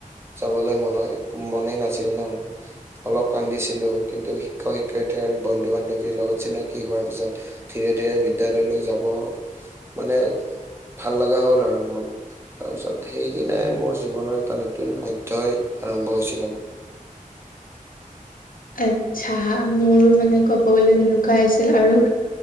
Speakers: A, on the right (about 15°); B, on the left (about 80°).
A: যাবলৈ মন মনেই নাছিল ন'। অলপ কান্দিছিলো কিন্তু শিক্ষক শিক্ষয়িত্ৰী আৰু বন্ধু বান্ধৱীৰ লগত চিনাকি হোৱাৰ পিছত ধীৰে ধীৰে বিদ্যালয়লৈ যাব। মানে ভাল লগা হ'ল আৰু মোৰ। তাৰপিছত সেইদিনাই মোৰ জীৱনৰ এটা নতুন অধ্যয় আৰম্ভ হৈছিল আৰু।
B: আচ্ছা মোৰো মানে ক'ব গলে তেনেকুৱা আছিল আৰু।